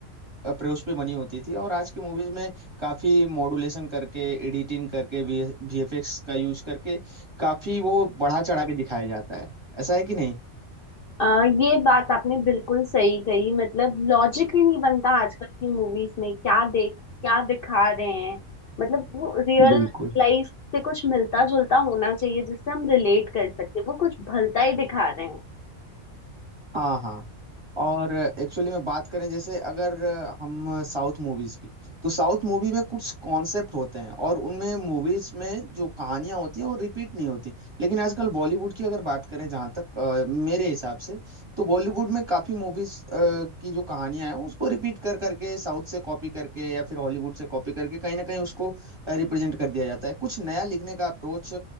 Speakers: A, on the right; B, on the left.
A: अप्रोच पे बनी होती थी और आज की मूवीज में काफी मॉड्यूलेशन करके एडिटिंग करके वी वीएफएक्स का यूज करके काफी वो बढ़ा चढ़ा के दिखाया जाता है ऐसा है कि नहीं
B: अ, ये बात आपने बिल्कुल सही कही मतलब लॉजिक ही नहीं बनता आजकल की मूवीज में क्या देख क्या दिखा रहे हैं मतलब वो रियल
A: बिल्कुल
B: लाइफ से कुछ मिलता जुलता होना चाहिए जिससे हम रिलेट कर सकते हैं वो कुछ भलता ही दिखा रहे हैं
A: हाँ हाँ और एक्चुअली में बात करें जैसे अगर हम साउथ मूवीज की तो साउथ मूवी में कुछ कॉन्सेप्ट होते हैं और उनमें मूवीज में जो कहानियां होती हैं वो रिपीट नहीं होती लेकिन आजकल बॉलीवुड की अगर बात करें जहां तक अ, मेरे हिसाब से तो बॉलीवुड में काफी मूवीज की जो कहानियां हैं उसको रिपीट कर करके साउथ से कॉपी करके या फिर हॉलीवुड से कॉपी करके कहीं ना कहीं उसको रिप्रेजेंट कर दिया जाता है कुछ नया लिखने का अप्रोच